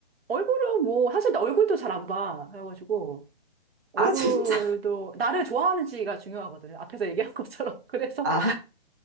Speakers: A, on the right (about 80°); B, on the right (about 20°).
A: 얼굴은 뭐, 사실 나 얼굴도 잘 안 봐. 그래가지고, 얼굴도,
B: 아, 진짜?
A: 나를 좋아하는지가 중요하거든. 앞에서 얘기한 것처럼. <laughs> 그래서
B: <laughs> 아,